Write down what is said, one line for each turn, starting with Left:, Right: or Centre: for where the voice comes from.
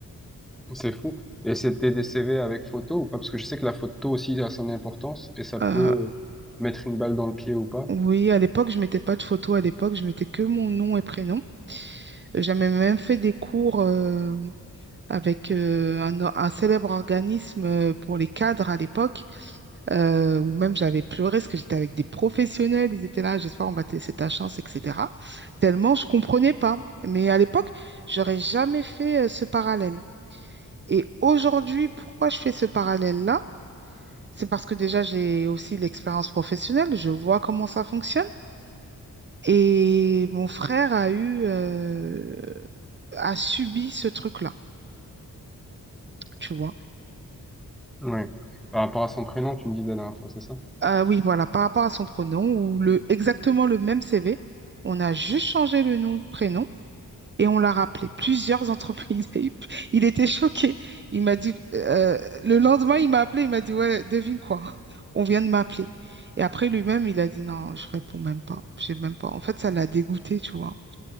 Centre: C'est fou. Et c'était des CV avec photo ou pas? Parce que je sais que la photo aussi a son importance et ça
Right: hein.
Centre: peut mettre une balle dans le pied ou pas.
Right: Euh, oui, à l'époque, je mettais pas de photo. À l'époque, je mettais que mon nom et prénom. J'avais même fait des cours. euh, avec euh, un, or- un célèbre organisme euh, pour les cadres à l'époque, euh, où même j'avais pleuré parce que j'étais avec des professionnels, ils étaient là, j'espère on va te laisser ta chance, etc. Tellement je comprenais pas. Mais à l'époque, j'aurais jamais fait euh, ce parallèle. Et aujourd'hui, pourquoi je fais ce parallèle-là? C'est parce que déjà, j'ai aussi l'expérience professionnelle, je vois comment ça fonctionne. Et mon frère a eu, euh, a subi ce truc-là, tu vois.
Centre: Ouais. Par rapport à son prénom, tu me disais la dernière fois, c'est ça?
Right: Euh, oui, voilà, par rapport à son pronom ou le, exactement le même CV, on a juste changé le nom, prénom et on l'a rappelé plusieurs entreprises. <laughs> Il il était choqué. Il m'a dit, euh, le lendemain, il m'a appelé, il m'a dit, ouais, devine quoi, <laughs> on vient de m'appeler. Et après, lui-même, il a dit, non, je réponds même pas, je sais même pas. En fait, ça l'a dégoûté, tu vois.